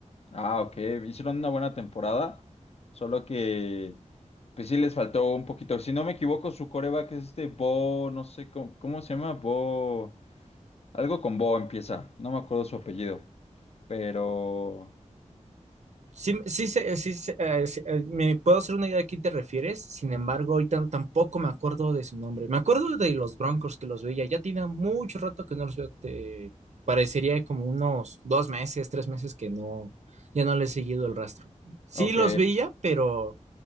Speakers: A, on the left; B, on the right.
A: Ah, ok. Hicieron una buena temporada, solo que pues sí les faltó un poquito. Si no me equivoco, su coreback es este Bo, no sé cómo, cómo se llama, Bo, algo con Bo empieza, no me acuerdo su apellido, pero
B: Sí, sí, sé- eh, sí, sé, eh, sí, eh, me puedo hacer una idea de quién te refieres, sin embargo, ahorita no, tampoco me acuerdo de su nombre. Me acuerdo de los Broncos que los veía, ya tiene mucho rato que no los veo, te- parecería como unos dos meses, tres meses que no, ya no le he seguido el rastro. Sí
A: ok.
B: los veía, pero